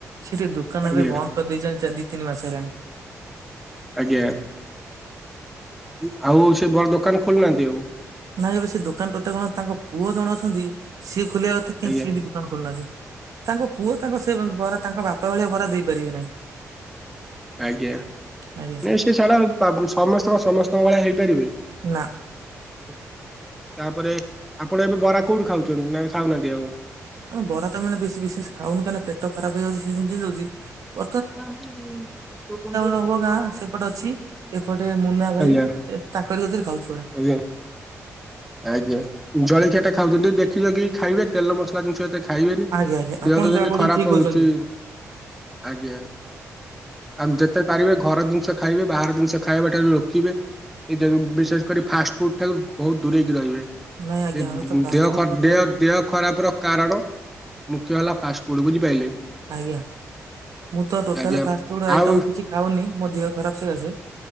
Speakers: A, on the right (about 65°); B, in the centre.
A: ସେ ଟିକେ ଦୋକାନ
B: ଆଜ୍ଞା
A: ଏବେ ବନ୍ଦ କରିଦେଇଛନ୍ତି ଚାରି ଦି ତିନି ମାସ ହେଲାଣି।
B: ଆଜ୍ଞା ଉଁ ଆଉ ସେ ବର ଦୋକାନ ଖୋଲୁନାହାନ୍ତି, ଆଉ
A: ନାଇଁ ଏବେ ସେ ଦୋକାନ ଟୋଟାଲ କଣ ତାଙ୍କ ପୁଅ ଜଣେ ଅଛନ୍ତି, ସିଏ ଖୋଲିବା କଥା କିନ୍ତୁ
B: ଆଜ୍ଞା
A: ସିଏ ବି ଦୋ କାନ ଖୋଲୁନାହାନ୍ତି, ତାଙ୍କ ପୁଅ ତାଙ୍କ ସେ ବରା ତାଙ୍କ ବାପା ଭଳିଆ ବରା ଦେଇ ପାରିବେ ନାହିଁ।
B: ଆଜ୍ଞା।
A: ଆଜ୍ଞା
B: ନାଇଁ ସେ ସାଲା ପା ସମସ୍ତଙ୍କ ସମସ୍ତଙ୍କ ଭଳିଆ ହେଇପାରିବ।
A: ନା।
B: ଉ ତାପରେ, ଆପଣ ଏବେ ବରା କଉଠି ଖାଉଛନ୍ତି? ନା ଖାଉନାହାନ୍ତି ଆଉ।
A: ଅ ବରା ତ ମାନେ ବେଶୀ ବିଶେଷ ଖାଉନୁ କାହିଁକି ନା ପେଟ ଖରାପ ହେଇଯାଉଛି, ସିଜିନ ଚେଞ୍ଜ ହଉଚି। ଅ
B: ହଁ ହୁଁ ହୁଁ <unintelligible>
A: ହବ ଗାଁ ସେପଟେ ଅଛି ଏପଟେ
B: <unintelligible>
A: ମୁନା ଭାଇ ଏ ତାଙ୍କରି କତିରେ ଖାଉଛୁ ବରା।
B: ଆଜ୍ଞା ଜଳଖିଆ ଟା ଖାଉଛନ୍ତି ଟିକେ ଦେଖିରଖି କି ଖାଇବେ, ତେଲ ମସଲା ଜିନିଷ ଏତେ ଖାଇବେନି,
A: ଆଜ୍ଞା ଆଜ୍ଞା ଆପଣ
B: ଦେହ ତ
A: ଯାହା
B: ଯେମିତି
A: କହୁଛନ୍ତି
B: ଖରାପ
A: ଠିକ କହୁଛନ୍ତି।
B: ହଉଛି, ଆଜ୍ଞା ଆଗ ଯେତେ ପାରିବେ ଘର ଜିନିଷ ଖାଇବେ, ବାହାର ଜିନିଷ ଖାଇବା ଠାରୁ ରୋକିବେ। ଏଇ ଯଉ ବିଶେଷ କରି ଫାଷ୍ଟ ଫୁଡ ଠାରୁ ବହୁତ ଦୂରେଇକି ରହିବେ।
A: ନାଇଁ ଆଜ୍ଞା
B: ଏଦ
A: ଆମେ ତ ଫାଷ୍ଟ
B: ଦେହ
A: ଫୁଡ
B: ଖର
A: ଟୋଟାଲ
B: ଦେହ ଦେହ ଖରାପ ର କାରଣ। ମୁଖ୍ୟ ହେଲା ଫାଷ୍ଟ ଫୁଡ ବୁଝି ପାଇଲେ।
A: ଆଜ୍ଞା, ମୁଁ ତ ଟୋଟାଲ
B: ଆଜ୍ଞା
A: ଫାଷ୍ଟ ଫୁଡ ଆଇଟମ
B: ଆଉ
A: କିଛି ଖାଉନି ମୋ ଦେହ ଖରାପ ସକାସେ